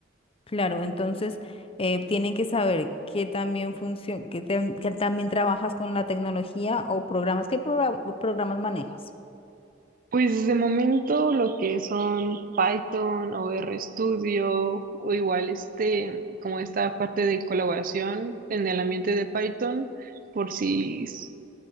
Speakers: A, on the left; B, on the right.
A: Claro, entonces eh, tienen que saber que también funciona, que, tam- que también trabajas con la tecnología o programas, ¿qué progra- programas manejas?
B: Pues de momento lo que son Python o RStudio o igual este, como esta parte de colaboración en el ambiente de Python, por si s-